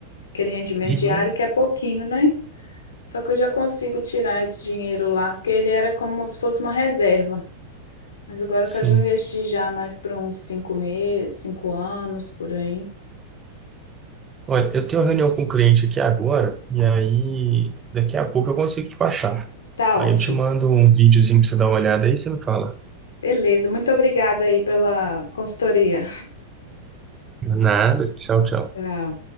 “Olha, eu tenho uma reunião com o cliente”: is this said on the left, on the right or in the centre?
Right